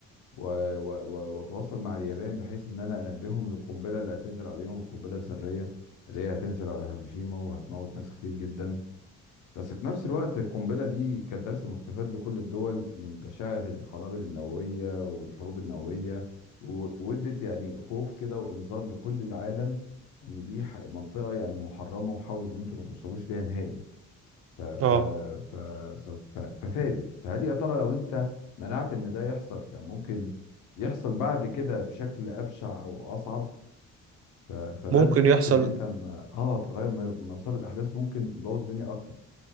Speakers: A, on the left; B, on the right.
A: و- و- و- واتواصل مع اليابان بحيث ان انا انبههم للقنبله اللي هتنزل عليهم القنبله الذريه اللي هي هتنزل على هيروشيما وهتموت ناس كتير جدا بس في نفس الوقت القنبله دي كانت درس مستفاد لكل الدول من بشاعر القنابل النوويه والحروب النوويه و- وادت يعني خوف كده وانذار لكل العالم ان دي ح- منطقه يعني محرمه وحاولوا ان انتم ما توصلوش ليها نهائي ف ف
B: اه
A: ف ف ف ففادت فهل يا ترى لو انت منعت ان ده يحصل كان ممكن يحصل بعد كده بشكل ابشع او اصعب ف فده
B: ممكن
A: الخوف
B: يحصل
A: ان انت ما اه تغير م- مسار الاحداث ممكن يبوظ الدنيا اكتر